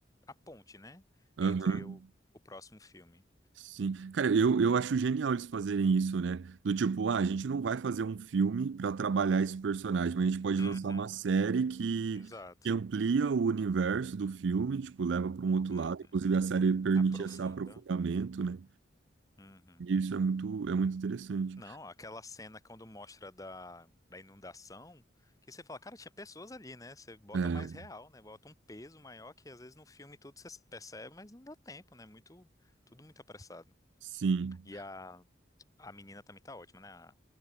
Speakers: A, on the left; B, on the right.
A: a ponte, né?
B: Aham,
A: Entre o, o próximo filme.
B: sim. Cara, eu, eu acho genial eles fazerem isso, né? Do tipo, ah, a gente não vai fazer um filme para trabalhar esse personagem, mas a gente pode
A: Uhum,
B: lançar uma série que,
A: exato.
B: que amplia o universo do filme, tipo, leva para um outro
A: Uhum.
B: lado. Inclusive, a série permite
A: Aprofunda.
B: esse aprofundamento, né?
A: Uhum.
B: E isso é muito, é muito interessante.
A: Não, aquela cena quando mostra da, da inundação, que você fala, cara, tinha pessoas ali, né? Você bota
B: É,
A: mais real, né? Bota um peso maior que às vezes no filme tudo você percebe, mas não dá tempo, né? Muito, tudo muito apressado.
B: sim,
A: E a, a menina também tá ótima, né? A-